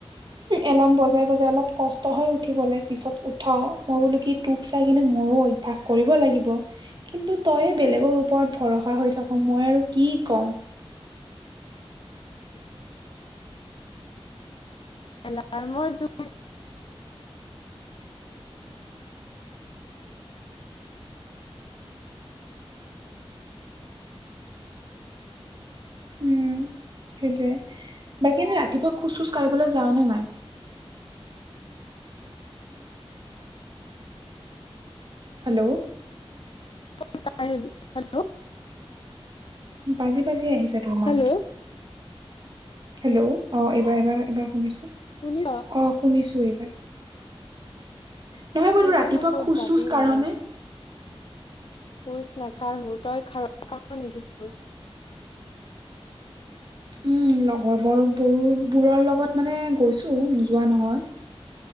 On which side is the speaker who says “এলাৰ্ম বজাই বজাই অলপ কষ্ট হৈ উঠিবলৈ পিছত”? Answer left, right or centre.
Right